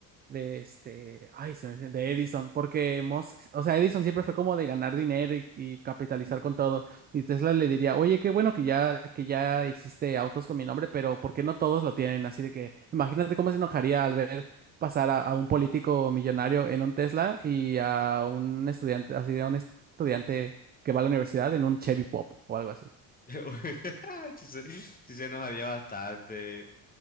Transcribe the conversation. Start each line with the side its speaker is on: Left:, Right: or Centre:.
Right: de este, ay, se me fue- de Edison, porque Musk, o sea, Edison siempre fue como de ganar dinero y, y capitalizar con todo. Y Tesla le diría, oye, qué bueno que ya, que ya hiciste autos con mi nombre, pero ¿por qué no todos lo tienen? Así de que imagínate cómo se enojaría al ver pasar a, a un político millonario en un Tesla y a un estudiante, así de un estudiante que va a la universidad en un Chevy Pop o algo así.
Left: <laughs> Sí, se sí se enojaría bastante.